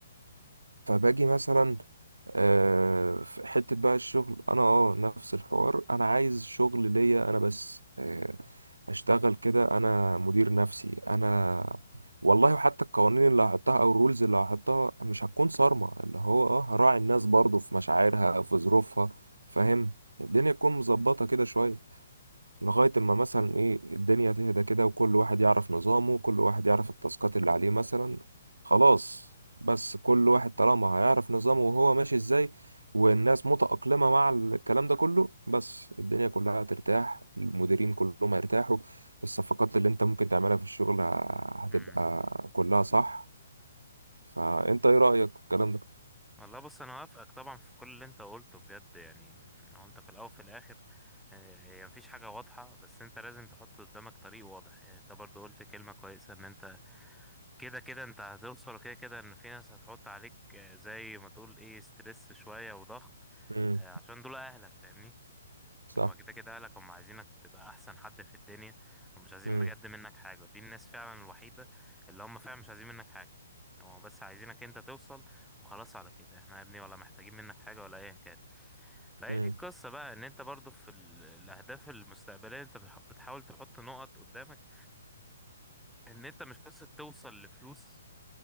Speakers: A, on the right; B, in the centre.
A: فباجي مثلا آه، في حتة بقى الشغل أنا أه نفس الحوار أنا عايز شغل ليا أنا بس آه، أشتغل كده أنا مدير نفسي أنا والله وحتى القوانين اللي هحطها أو الرولز اللي هحطها مش هتكون صارمة اللي هو أه هراعي الناس برضو في مشاعرها أو في ظروفها فاهم الدنيا تكون مظبطة كده شوية لغاية اما مثلا ايه الدنيا تهدى كده وكل واحد يعرف نظامه وكل واحد يعرف التاسكات اللي عليه مثلا خلاص بس كل واحد طالما هيعرف نظامه وهو ماشي ازاي والناس متأقلمة مع الكلام ده كله بس الدنيا كلها هترتاح المديرين كلهم هيرتاحوا الصفقات اللي انت ممكن تعملها في الشغل ه- هتبقى
B: امم
A: كلها صح فانت ايه رأيك في الكلام ده؟
B: والله بص انا وافقك طبعا في كل اللي انت قلته بجد يعني هو انت في الاول وفي الاخر آه، هي مفيش حاجه واضحه بس انت لازم تحط قدامك طريق واضح يعني انت برضو قلت كلمه كويسه ان انت كده كده انت هتوصل وكده كده ان في ناس هتحط عليك آه، زي ما تقول ايه ستريس شوية وضغط
A: امم
B: آه، عشان دول اهلك فاهمني
A: صح
B: هما كده كده اهلك هما عايزينك تبقى احسن حد في الدنيا ومش عايزين
A: امم
B: بجد منك حاجة ودي الناس فعلا الوحيدة اللي هما فعلا مش عايزين منك حاجة هما بس عايزينك انت توصل وخلاص على كده احنا يا ابني ولا محتاجين منك حاجة ولا ايا كان فهي
A: امم
B: دي القصة بقى ان انت برضو في ال- الاهداف المستقبلية انت بتح- بتحاول تحط نقط قدامك ان انت مش قصة توصل لفلوس